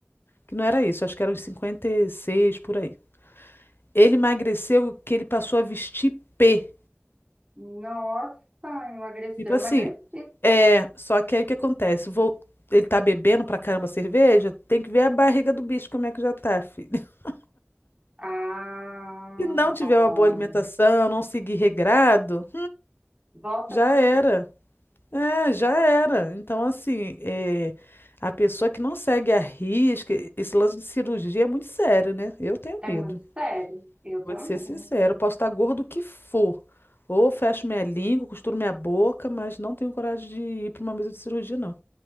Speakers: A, on the left; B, on the right.
A: que não era isso, acho que era uns 56 por aí. Ele emagreceu que ele passou a vestir P.
B: Nossa, emagreceu,
A: Tipo assim,
B: emagreci.
A: é, só que aí o que acontece? Vou, ele tá bebendo pra caramba cerveja, tem que ver a barriga do bicho como é que já tá, filho. <laughs>
B: Ah,
A: Se não tiver
B: olha.
A: uma boa alimentação, não seguir regrado,
B: Volta
A: já
B: tudo.
A: era. É, já era. Então, assim, é, a pessoa que não segue a risca, esse lance de cirurgia é muito sério, né? Eu tenho
B: É
A: medo.
B: muito sério. Eu
A: Vou
B: também.
A: te ser sincero, eu posso estar gordo o que for. Ou fecho minha língua, costuro minha boca, mas não tenho coragem de ir para uma mesa de cirurgia, não.